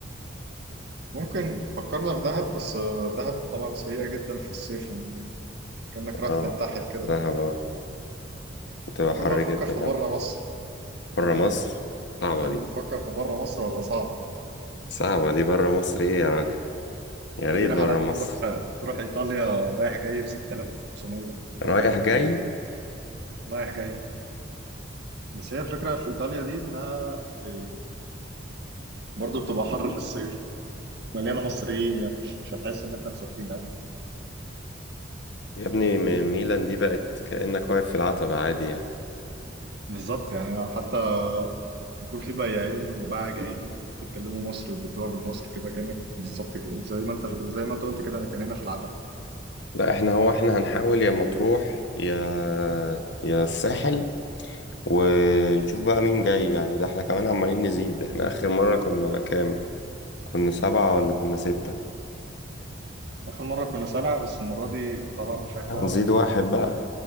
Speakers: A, on the right; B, on the left.
A: ممكن فكرنا في دهب بس آه، دهب طبعا سيئه جدا في الصيف يعني كانك رايح
B: اه
A: تنتحر كده
B: دهب اه بتبقى
A: ممكن
B: حر
A: بقى نفكر
B: جدا
A: في بره
B: آه.
A: مصر
B: بره
A: تحب
B: مصر صعبة
A: تحب
B: دي
A: نفكر في بره مصر ولا صعبه
B: صعبة دي بره مصر ايه يا راجل يا ريت
A: في رحلات
B: بره
A: بتروح
B: مصر
A: بتروح ايطاليا رايح جاي ب 6500
B: رايح
A: كم حلوه
B: جاي
A: رايح جاي بس هي الفكره في ايطاليا دي انها إيه، برضو بتبقى حر في الصيف مليانه مصريين يعني مش مش هنحس ان احنا مسافرين قوي
B: يا ابني م- ميلان دي بقت كأنك واقف في العتبة عادي يعني
A: بالظبط يعني حتى بيكون في بياعين وباعة جائلين كلهم بيتكلموا مصري وبيبيعوا بالمصري كده كانك بالظبط كده زي ما انت زي ما انت قلت كده انا كان هنا في العتب
B: لا احنا هو احنا هنحاول يا مطروح يا يا الساحل ونشوف بقى مين جاي يعني ده احنا كمان عمالين نزيد احنا آخر مرة كنا كام كنا سبعة ولا كنا ستة
A: اخر مره كنا سبعه بس المره دي طبعا مش احنا
B: هنزيد واحد بقى